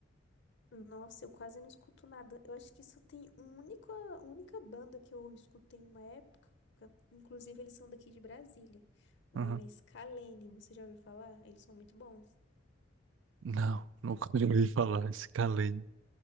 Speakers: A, on the left (about 65°); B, on the right (about 70°).
A: Nossa, eu quase não escuto nada. Eu acho que só tem uma única, única banda que eu escutei uma época. Inclusive, eles são daqui de Brasília. O
B: Aham.
A: nome é Scalene. Você já ouviu falar? Eles são muito bons.
B: Não, nunca ouvi falar, esse calei.